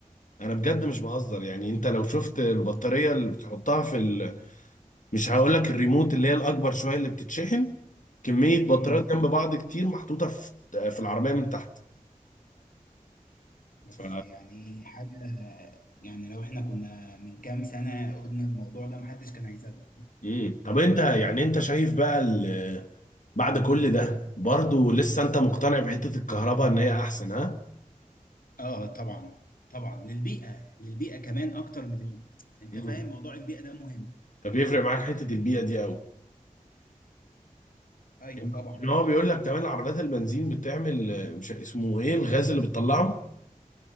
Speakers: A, on the left; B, on the left.
A: انا بجد مش بهزر يعني انت لو شفت البطاريه اللي بتحطها في مش هقول لك الريموت اللي هي الاكبر شويه اللي بتتشحن كميه بطاريات
B: امم
A: جنب بعض كتير محطوطه في في العربيه من تحت
B: بس
A: ف
B: يعني حاجة يعني لو احنا كنا من كام سنة قلنا الموضوع ده محدش كان هيصدق
A: مم. طب انت يعني انت شايف بقى ال... بعد كل ده برضو لسه انت مقتنع بحته الكهرباء ان هي احسن ها
B: اه طبعا طبعا للبيئة للبيئة كمان اكتر من ال... انت
A: مم.
B: فاهم موضوع البيئة ده مهم
A: طب يفرق معاك حته البيئه دي قوي
B: ايوه
A: ان
B: طبعا
A: إن هو بيقول لك كمان عربيات البنزين بتعمل آه، مش اسمه ايه الغاز اللي بتطلعه